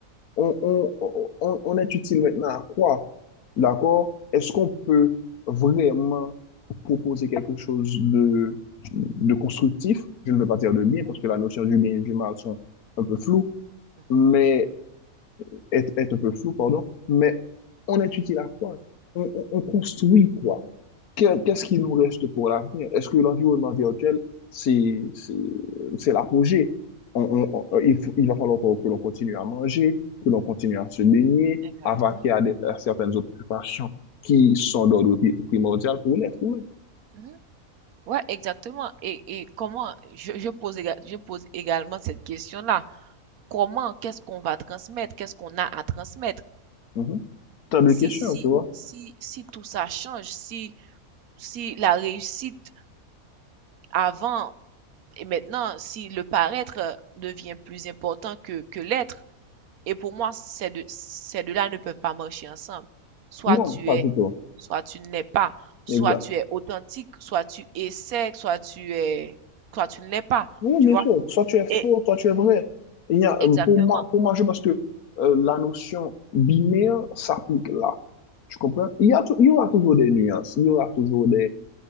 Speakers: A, on the left (about 85°); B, on the right (about 80°).
A: on, on, on, on est utile maintenant à quoi? D'accord? Est-ce qu'on peut vraiment proposer quelque chose de, de constructif? Je ne veux pas dire de bien
B: mhm,
A: parce que la notion du bien et du mal sont un peu floues,
B: mhm,
A: mais est, est un peu flou, pardon, mais on est utile à quoi? On, on- on construit quoi? Que- Qu'est-ce qui nous reste pour l'avenir? Est-ce que l'environnement virtuel, c'est, c'est, c'est l'apogée? On-
B: mhm,
A: on- on- il faut- il va falloir que que l'on continue à manger, que l'on continue à se baigner,
B: Exactement.
A: à vaquer à, des- à certaines occupations qui sont d'ordre pri- primordial pour l'être humain.
B: Mhm. Ouais, exactement. Et, et comment, je, je pose, éga- je pose également cette question-là. Comment, qu'est-ce qu'on va transmettre? Qu'est-ce qu'on a à transmettre?
A: Mhm. T'as deux
B: Si,
A: questions,
B: si,
A: tu vois?
B: si, si tout ça change, si, si la réussite avant et maintenant, si le paraître euh, devient plus important que, que l'être, et pour moi, ces deux, ces deux-là ne peuvent pas marcher ensemble. Soit
A: Non,
B: tu
A: pas
B: es,
A: du tout.
B: soit tu n'es pas. Soit
A: Exact.
B: tu es authentique, soit tu essaies, soit tu es, soit tu ne l'es pas.
A: Oui,
B: Tu
A: bien
B: vois?
A: sûr. Soit tu es faux,
B: Et,
A: soit tu es vrai. Il y a,
B: Exactement.
A: euh, pour moi, pour moi, je pense que euh, la notion binaire s'applique là. Tu comprends? Il y a tou- il y aura toujours des nuances, il y aura toujours des